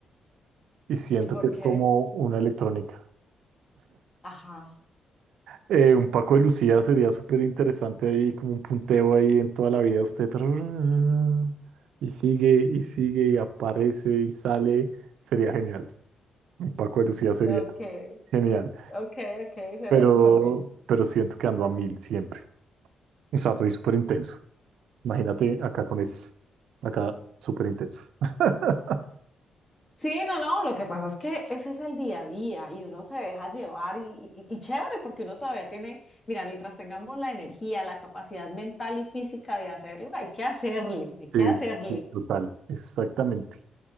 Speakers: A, on the right; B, on the left.
A: Y siento
B: ¿Y por
A: que es
B: qué?
A: como una electrónica.
B: Ajá.
A: Eh, un Paco de Lucía sería súper interesante ahí, como un punteo ahí en toda la vida. Usted tararara, y sigue y sigue y aparece y sale. Sería genial. Un Paco de Lucía sería
B: Ok,
A: genial.
B: ok, ok, suena
A: Pero,
B: súper bien.
A: pero siento que ando a mil siempre. O sea, soy súper intenso. Imagínate acá con eso. Acá súper intenso. <laughs>
B: Sí, no, no, lo que pasa es que ese es el día a día y uno se deja llevar y, y- y chévere porque uno todavía tiene, mira, mientras tengamos la energía, la capacidad mental y física de hacerlo, hay que hacerle, hay que
A: Sí,
B: hacerle.
A: sí, total. Exactamente.